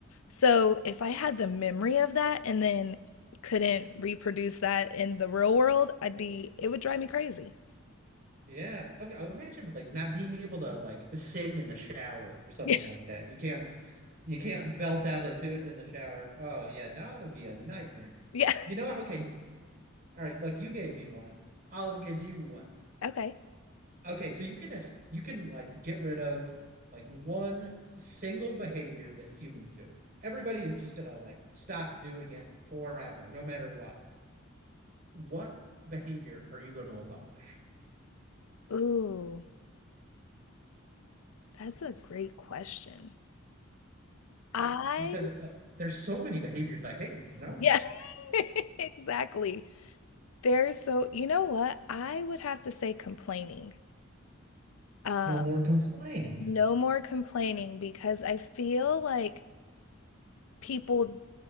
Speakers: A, on the left; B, on the right.
A: So if I had the memory of that and then couldn't reproduce that in the real world, I'd be, it would drive me crazy. <laughs>
B: yeah. I, I imagine like not being able to like sing in the shower or something
A: Yeah.
B: like that. You can't You can't belt out a tune in the shower. Oh yeah, no, it would be a nightmare.
A: Yeah.
B: You know what? Okay, s- all right. Like you gave me one, I'll give you one.
A: Okay.
B: Okay, so you can es- you can like get rid of like one single behavior that humans do. Everybody is just gonna like stop doing it forever, no matter what. What behavior are you going to abolish?
A: Ooh, that's a great question. I,
B: You- Because like there's so many behaviors I hate. You know,
A: yeah, <laughs> exactly. There's so, you know what? I would have to say complaining. Um,
B: no more complaining.
A: no more complaining because I feel like people